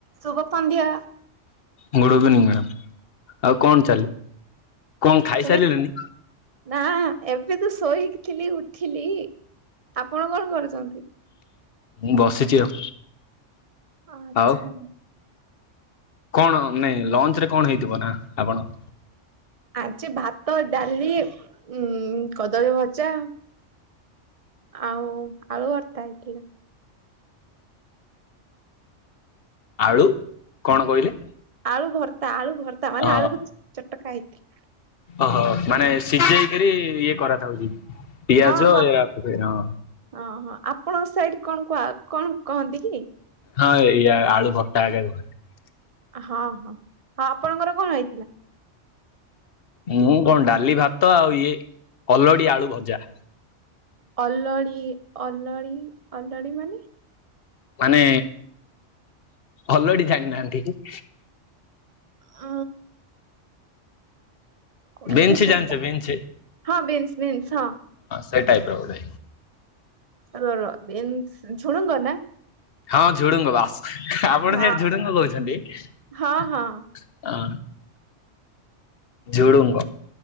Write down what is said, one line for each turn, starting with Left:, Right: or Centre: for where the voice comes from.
Right: ଶୁଭ ସନ୍ଧ୍ୟା।
Left: Good evening ଆଉ କଣ ଚାଲି କଣ
Right: କିଛି
Left: ଖାଇସାରିଲେଣି
Right: ନାଇ ନା। ଏବେ ତୁ ଶୋଇକିଥିଲି ଉଠିଲି ଆପଣ କଣ କରୁଚନ୍ତି?
Left: ମୁଁ ବସିଚି ଆଉ।
Right: ଆଛା।
Left: ଆଉ କଣ ନାଇଁ ଲଞ୍ଚ ରେ କଣ ହେଇଥିବ ନା ଆପଣ
Right: ଆଜି ଭାତ ଡାଲି ଉ କଦଳୀ ଭଜା। ଆଉ ଆଳୁ ଭତ୍ତା ହେଇଥିଲା।
Left: ଆଳୁ କଣ କହିଲେ?
Right: ଆଳୁ ଆଳୁ ଭତ୍ତା ମାନେ
Left: ହ
Right: ଆଳୁ କୁ ଚୋଟକା ଆଇତି
Left: ଓହୋ ମାନେ ସିଝେଇକରି ଇଏ କରାଥାଉଚି। ପିଆଜ
Right: ହଁ ହଁ
Left: ଏଇ ୟାକୁ ଦେ ହଁ।
Right: ହଁ ହଁ ଆପଣଙ୍କ ସାଇଡ କଣ କୁହ କଣ କହନ୍ତି କି?
Left: ହଁ ଇଆ ଆଳୁ ଭତ୍ତା ହେକା କୁହନ୍ତି।
Right: ହଁ ହଁ ହଁ ଆପଣଙ୍କର କଣ ହେଇଥିଲା?
Left: ମୁଁ କଣ ଡାଲି ଭାତ ଆଉ ଇଏ କଲଡି ଆଳୁ ଭଜା।
Right: ଅଲଡି ଅଲଡି ଅଲଡି ମାନେ
Left: ମାନେ ଆଲାଡ଼ି ଜାଣିନାହାନ୍ତି କି?
Right: ଅ କୋଉଠି
Left: ବିନ୍ସ
Right: ଗୋଟେ ଶୁଣିଲା
Left: ଜାଣିଛ ବିନ୍ସ
Right: ହଁ ବିମ୍ସ ବିମ୍ସ ହଁ।
Left: ସେଇ ଟାଇପ ର ଗୋଟେ।
Right: ଅ
Left: ହଁ ଝୁଡୁଙ୍ଗ ବାସ ଆପଣ
Right: ହଁ
Left: ସେଠି ଝୁଡୁଙ୍ଗ କହୁଛନ୍ତି ଅ।
Right: ହଁ ହଁ
Left: ଝୁଡୁଙ୍ଗ